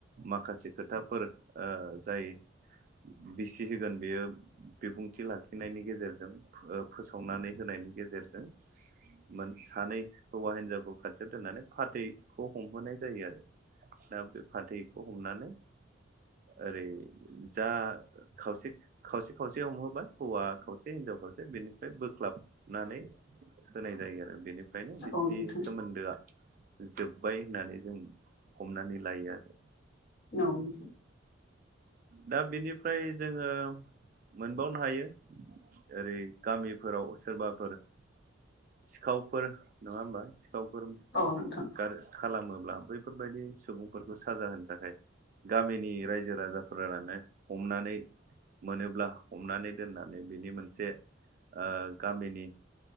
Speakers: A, on the right; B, on the left.
A: माखासे खोथाफोर ओ जायो। बिसि होगोन बेयो बिबुंथि लाखिनायनि गेजेरजों फो ओ फोसावनानै होनाय। बिनि गेजेरजों मोन सानै हौवा हिन्जावखौ खाथियाव दोननानै फाथै खौ हमहोनाय जायो आरो दा बे फाथैखौ हमनानै ओरै जा खावसे खावसे खावसे हमहोबाय हौवा खावसे हिन्जाव खावसे बेनिफ्राय बोख्लाबनानै होनाय जायो आरो बेनिफ्रायनो बिसिनि
B: औ नोंथां
A: सोमोन्दोआ जोब्बाय होननानै जों हमनानै लायो आरो।
B: <unintelligible>
A: दा बेनिफ्राय जोङो मोनबावनो हायो ओरै गामिफोराव सोरबाफोर सिखावफोर नङा होमबा सिखावफोरोम
B: औ नोंथां
A: गार खालामो ब्ला बैफोरबायदि सुबुंफोरखौ साजा होनो थाखाय गामिनि रायजो राजाफोरानो हम नानै मोनोब्ला हमनानै दोननानै बिनि मोनसे ओ गामिनि